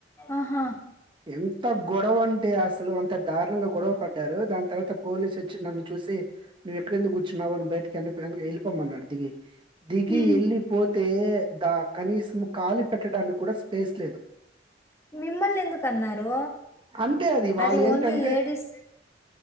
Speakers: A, on the left; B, on the right.
A: ఆహా!
B: ఎంత గొడవ అంటే అసలు అ దారుణంగా గొడవ పడ్డారు దాని తర్వాత పోలీసు చ్చి నన్ను చూసి నువ్వు ఎక్కడెందుకు కూర్చున్నావ అని బయటికి వెందు వెళ్ళిమన్నాడు దిగి దిగి
A: హ్మ్.
B: వెళ్ళిపోతే దా కనీసం కాలి పెట్టడానికి కూడా స్పేస్ లేదు
A: మిమ్మల్ని ఎందుకు అన్నారు
B: అంతే వాళ్ళు
A: అది
B: ఏంటంటే
A: ఓన్లీ లేడీస్